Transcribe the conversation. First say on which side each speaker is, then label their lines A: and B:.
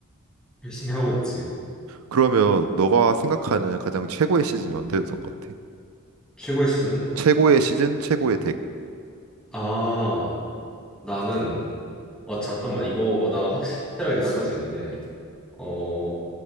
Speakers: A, in the centre; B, on the right.
A: 열심히 하고 있지.
B: 그러면 너가 생각하는 가장 최고의 시즌이 언제였던 것 같아?
A: 최고의 시즌?
B: 최고의 시즌, 최고의 덱.
A: 아, 나는 어 잠깐만 이거 나 확실하게 대답할 수 있는데 어